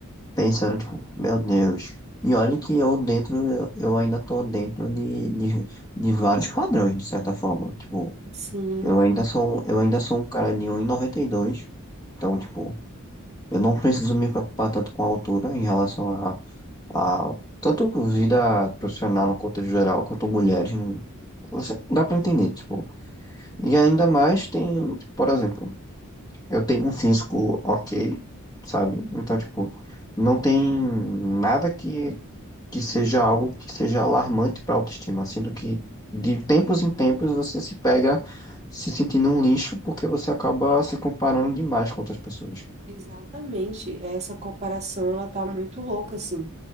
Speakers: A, on the left; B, on the right.
A: pensando, tipo, meu Deus. E olha que eu dentro, eu eu ainda tô dentro de, de, de vários padrões, de certa forma. Tipo,
B: Sim,
A: eu ainda sou, um, eu ainda sou um cara de 1,92. Então, tipo, eu não preciso me preocupar tanto com a altura em relação a, a tanto vida profissional no contexto geral, quanto mulheres. né? Você, dá pra entender, tipo. E ainda mais tem, por exemplo, eu tenho um físico ok, sabe? Então, tipo, não tem nada que que seja algo que seja alarmante para a autoestima, sendo que de tempos em tempos você se pega se sentindo um lixo porque você acaba se comparando demais com outras pessoas.
B: Exatamente, essa comparação ela tá muito louca assim.